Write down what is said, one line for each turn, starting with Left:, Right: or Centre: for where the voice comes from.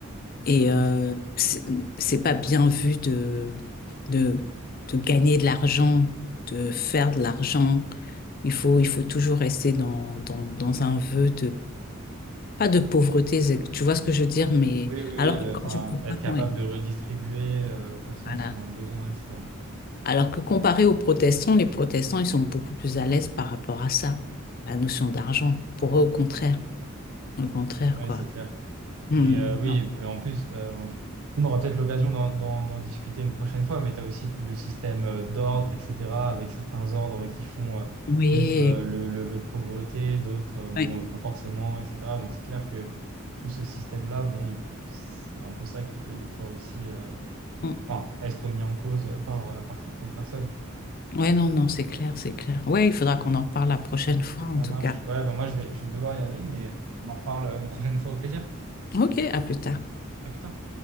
Left: Et euh,
Right: Oui.
Left: c'est c'est pas bien vu de, de, de gagner de l'argent, de faire de l'argent. Il faut, il faut toujours rester dans, dans, dans un vœu pas de pauvreté, c'est- tu vois ce que je veux dire, mais
Right: Oui, oui,
Left: alors
Right: oui, euh,
Left: que quand
Right: enfin,
Left: tu compares,
Right: être capable
Left: ouais,
Right: de redistribuer, euh, aux personnes
Left: voilà.
Right: qui sont dans le besoin, etc.
Left: Alors que comparé aux protestants, les protestants, ils sont beaucoup plus à l'aise par rapport à ça, la notion d'argent. Pour eux, au contraire, au contraire,
Right: Ouais,
Left: quoi.
Right: c'est clair.
Left: Hmm,
Right: Mais euh, oui,
Left: non.
Right: mais en plus, euh, on, on aura peut-être l'occasion d'en d'en- d'en discuter une prochaine fois, mais tu as aussi tout le système euh, d'ordre, etc., avec certains ordres qui font euh,
Left: Oui,
Right: plus euh, le, le vœu de pauvreté, d'autres, euh, bon,
Left: ouais.
Right: euh, pas forcément, etc. Donc c'est clair que tout ce système-là, bon, il- c'est un peu ça qui peut des fois aussi euh,
Left: Hmm.
Right: enfin, être mis en cause par, euh, par certaines personnes.
Left: Ouais, non, non, c'est clair, c'est clair. Ouais, il faudra qu'on en parle la prochaine fois,
Right: Ça
Left: en tout
Right: marche.
Left: cas.
Right: Ouais, bah moi, je vais, je vais devoir y aller, mais on en reparle euh, une prochaine fois au plaisir.
Left: Ok, à plus tard.
Right: À plus tard.